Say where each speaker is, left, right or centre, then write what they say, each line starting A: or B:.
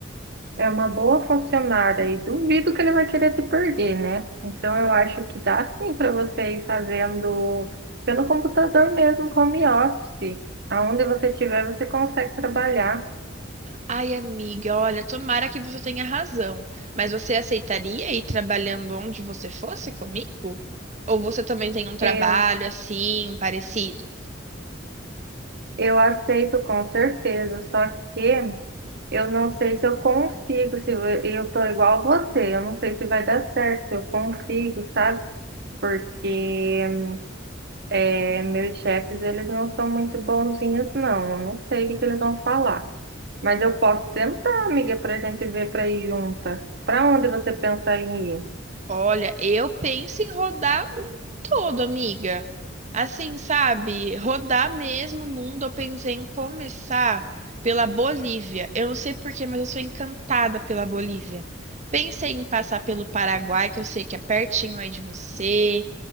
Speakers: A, on the right; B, on the right.
A: É uma boa funcionária e duvido que ele vai querer te perder, né? Então eu acho que dá sim para você ir fazendo pelo computador mesmo, home office. Aonde você estiver, você consegue trabalhar.
B: Ai, amiga, olha, tomara que você tenha razão. Mas você aceitaria ir trabalhando onde você fosse comigo? Ou você também tem um trabalho
A: Eu,
B: assim, parecido?
A: eu aceito com certeza, só que eu não sei se eu consigo, se eu eu tô igual você, eu não sei se vai dar certo, se eu consigo, sabe? Porque é, meus chefes, eles não são muito bonzinhos, não. Eu não sei o que que eles vão falar. Mas eu posso tentar, amiga, para a gente ver para ir juntas. Para onde você pensa em ir?
B: Olha, eu penso em rodar o mundo todo, amiga. Assim, sabe? Rodar mesmo o mundo. Eu pensei em começar pela Bolívia. Eu não sei por porquê, mas eu sou encantada pela Bolívia. Pensei em passar pelo Paraguai, que eu sei que é pertinho aí de você,